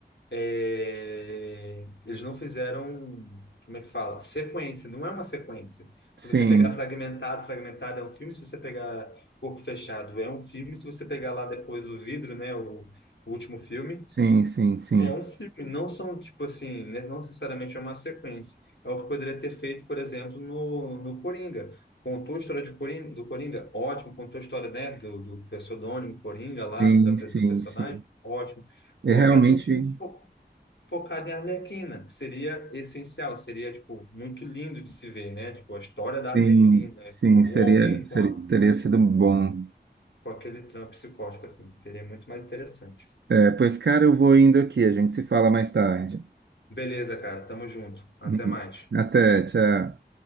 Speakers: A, on the left; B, on the right.
A: é, eles não fizeram, como é que fala? Sequência, não é uma sequência.
B: Sim,
A: Se você pegar fragmentado, fragmentado é um filme, se você pegar corpo fechado é um filme, se você pegar lá depois o vidro, né, o, o último filme,
B: sim, sim, sim,
A: É um filme, não são, tipo assim, né, não necessariamente é uma sequência. É o que poderia ter feito, por exemplo, no, no Coringa. Contou a história de Coringa, do Coringa, ótimo. Contou a história, né, do, do pseudônimo Coringa lá,
B: sim,
A: do, da, pe-
B: sim,
A: do personagem,
B: sim.
A: ótimo.
B: E
A: Pô,
B: realmente,
A: fazer um filme fo- focado em Arlequina, que seria essencial, seria, tipo, muito lindo de se ver, né? Tipo, a história da Arlequina,
B: sim, sim,
A: com,
B: seria,
A: ou alguém
B: seria,
A: com, a,
B: teria sido bom.
A: com aquele trampo psicótico, assim, seria muito mais interessante.
B: É, pois, cara, eu vou indo aqui. A gente se fala mais tarde.
A: Beleza, cara, tamo junto. Até
B: Uhum.
A: mais.
B: Até, tchau.